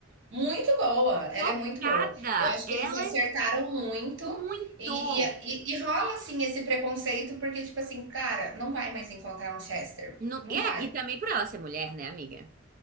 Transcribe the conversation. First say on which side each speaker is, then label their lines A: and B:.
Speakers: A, on the right; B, on the right.
A: Muito boa, ela
B: Chocada!
A: é muito boa. Eu acho
B: Ela
A: que eles acertaram
B: é
A: muito
B: muito.
A: e e e e rola, assim, esse preconceito, porque, tipo assim, cara, não vai mais encontrar um Chester,
B: Não,
A: não
B: e é,
A: vai.
B: e também por ela ser mulher, né, amiga?